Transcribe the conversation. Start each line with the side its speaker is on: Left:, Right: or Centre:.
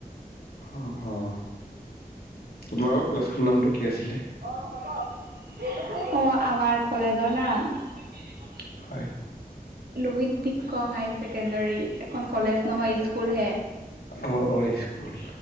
Left: অ' অ' পোনালোকৰ কলেজ খনৰ নামটো কি আছিল?
Right: অ'। আমাৰ কলেজৰ নাম ম <unintelligible>
Left: হয়
Right: লোহিত <unintelligible> হায়াৰ ছেকেণ্ডাৰী এখন কলেজ নহয়, স্কুল হে।
Left: অ', অ', স্কুল।